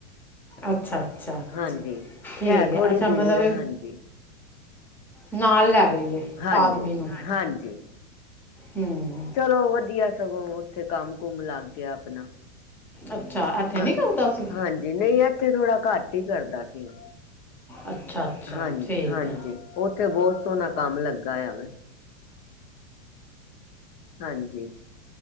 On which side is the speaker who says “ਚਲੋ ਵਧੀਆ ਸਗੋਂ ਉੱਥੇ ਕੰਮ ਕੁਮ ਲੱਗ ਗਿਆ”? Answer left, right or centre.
Left